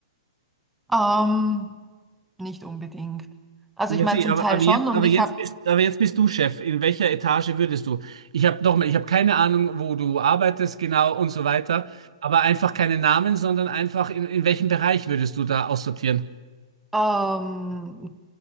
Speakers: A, in the centre; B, on the right (about 70°).
A: ähm, nicht unbedingt. Also
B: Ja,
A: ich meine
B: sie,
A: zum
B: aber,
A: Teil
B: aber,
A: schon
B: jetzt,
A: und
B: aber,
A: ich
B: jetzt
A: habe
B: bist, aber jetzt bist du Chef. In welcher Etage würdest du? Ich habe nochmal, ich habe keine Ahnung, wo du arbeitest genau und so weiter. Aber einfach keine Namen, sondern einfach in, in welchem Bereich würdest du da aussortieren?
A: Ähm,